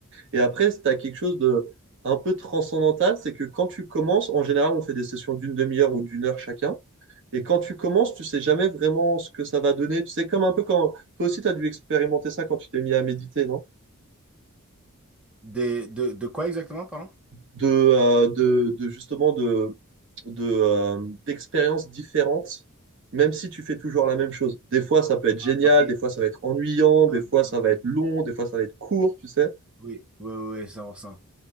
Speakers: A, on the right; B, in the centre.
A: Et après, tu as quelque chose de un peu transcendantal, c'est que quand tu commences, en général, on fait des sessions d'une demi-heure ou d'une heure chacun. Et quand tu commences, tu sais jamais vraiment ce que ça va donner. Tu sais, comme un peu quand toi aussi, tu as dû expérimenter ça quand tu t'es mis à méditer, non?
B: De, de, de quoi exactement, pardon?
A: De, euh, de, de justement de, de, euh, d'expériences différentes, même si tu fais toujours la même chose. Des fois, ça peut être
B: Ah
A: génial,
B: oui,
A: des fois, ça va être ennuyant, des
B: ah,
A: fois,
B: oui,
A: ça
B: oui,
A: va
B: oui,
A: être long, des fois, ça va être court, tu sais.
B: oui, oui, oui, 100%.